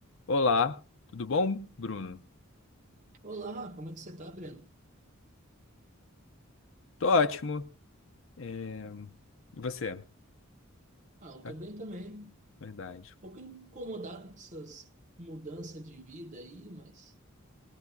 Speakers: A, on the left (about 65°); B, on the right (about 35°).
A: Olá, tudo bom, Bruno?
B: Olá, como é que você tá, Breno?
A: Tô ótimo. É, E você?
B: Ah, eu
A: Ah,
B: tô bem também. Um
A: verdade.
B: pouco incomodado com essas mudanças de vida aí, mas